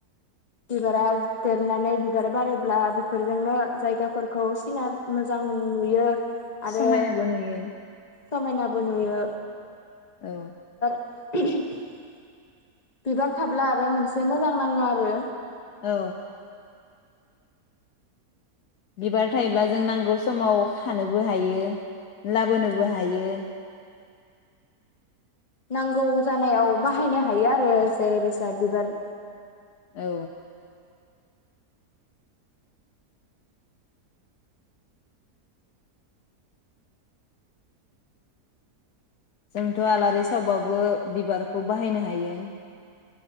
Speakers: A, on the left; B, on the left.
A: बिबारा देरनानै बिबार बारोब्ला बिफोरजोंनो जायगाफोरखौ सिनारि मोजां नुयो। आरो
B: समायनाबो नुयो।
A: समायनाबो नुयो।
B: औ
A: <unintelligible> बिबार थाब्ला आरो मोनसे मोजां नाङो आरो।
B: औ बिबार थायोब्ला जों नांगौ समाव खानोबो हायो लाबोनोबो हायो।
A: नांगौ जानायाव बाहायनो हायो आरो जेरै बैसाद बिबार
B: औ जोंथ आलारि सावबाबो बिबारखौ बाहायनो हायो।